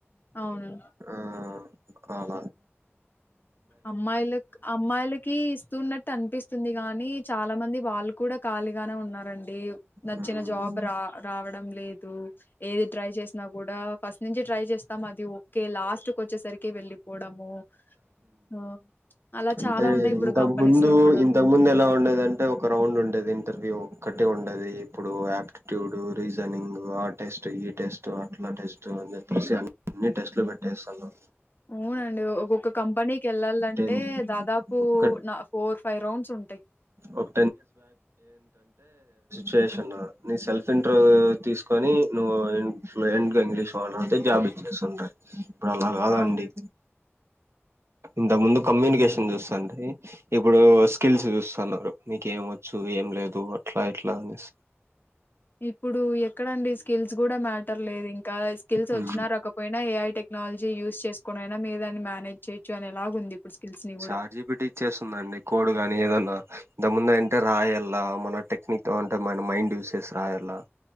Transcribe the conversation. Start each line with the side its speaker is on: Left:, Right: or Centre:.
Left: అవును
Right: ఆ అల
Left: అమ్మాయిలుక్ అమ్మాయిలకి ఇస్తున్నట్టు అనిపిస్తుంది. గాని చాలా మంది వాళ్ళు కూడా కాలీ గానే ఉన్నారండి. నచ్చిన
Right: ఉమ్
Left: జాబ్ రా రావ డంలేదు. ఏది ట్రై చేసినా కూడా ఫస్ట్ నుంచి ట్రై చేస్తాం. అది ఓకే లాస్ట్ కు వచ్చేసరికి వెళ్ళిపోవడము. ఆ అలా
Right: అంటే
Left: చాలా ఉన్నాయి ఇప్పుడు
Right: ఇంతకు
Left: కంపెనీస్
Right: ముందు
Left: లో కూడా
Right: ఇంతకు ముందు ఎలా ఉండేది అంటే ఒక రౌండ్ ఉండేది ఇంటర్వ్యూ ఒక్కటే ఉండది ఇప్పుడు ఆప్టిట్యూడ్, రీజనింగ్ ఆ టెస్ట్, ఈ టెస్ట్, అట్లా టెస్ట్ అని చెప్పేసి అన్ని టెస్ట్లు పెట్టేస్తను.
Left: ఊనండి ఒక్కొక్క కంపెనీకి వెల్లాలంటే
Right: టెన్
Left: దాదాపు
Right: ఒక్క
Left: ఫోర్ ఫైవ్ రౌండ్స్ ఉంటాయి
Right: ఒక చేసన్నా నీ సెల్ఫ్ ఇంటర్వ్యూ తీసుకొని నువ్వు ఇన్ ఫ్లూఎంట్ గా ఇంగ్లీష్ వాలే జాబ్ ఇచ్చేసి ఉండయి ఇప్పుడు అలా కాదండి.
Left: అవును
Right: ఇంతకు ముందు కమ్యూనికేషన్ చూస్తండి ఇప్పుడు స్కిల్స్ చూస్తున్నారు. మీకు ఏమి వచ్చు ఏం లేదు అట్లా ఇట్లా అనేసి.
Left: ఇప్పుడు ఎక్కడండి స్కిల్స్ కూడా మ్యాటర్ లేదు ఇంకా ఇంకా స్కిల్స్
Right: హ్మ్.
Left: వచ్చిన రాకపోయినా ఏ ఐ టెక్నాలజీ యూజ్ చేసుకునైనా మీరు దాన్ని మేనేజ్ చేయొచ్చు అనేలాగుంది ఇప్పుడు స్కిల్స్‌ని గూడా.
Right: చార్జీ పెట్టి ఇచ్చేస్తుందండి కోడు కానీ ఏదన్నా ఇంతకు ముందు అంటే రాయ్యల్ల మన టెక్నిక్ అంటే మన మైండ్ యూస్ చేసి రాయాల